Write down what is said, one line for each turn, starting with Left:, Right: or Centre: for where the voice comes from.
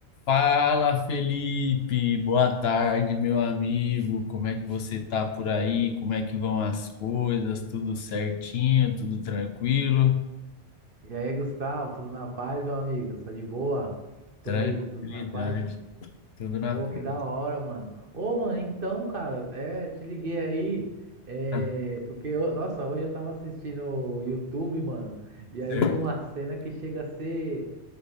Left: Fala, Felipe. Boa tarde, meu amigo. Como é que você tá por aí? Como é que vão as coisas? Tudo certinho? Tudo tranquilo?
Right: E aí, Gustavo, tudo na paz, meu amigo? Só de boa?
Left: Tranquilidade.
Right: Por aí, tá tudo na paz?
Left: Tudo na
Right: Ô,
Left: paz.
Right: que da hora, mano. Ô, mano, então, cara, é, te liguei aí, é,
Left: Tá
Right: porque, eu- nossa, hoje eu tava assistindo o YouTube, mano, e aí
Left: Certo.
Right: vi uma cena que chega a ser,